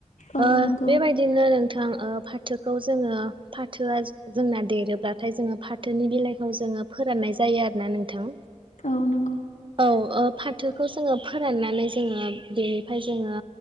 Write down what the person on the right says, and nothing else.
ओ
बेबायदिनो नोंथां ओ फाथोखौ जोङो फाथोआ जोंनो देरोब्लाथाय जोङो फाथोनि बिलाइखौ जों ओ माने फोराननाय जायो आरोना नोंथां।
औ ओ फाथोखौ जोङो फोराननानै जोङो बेनिफ्राय जोङो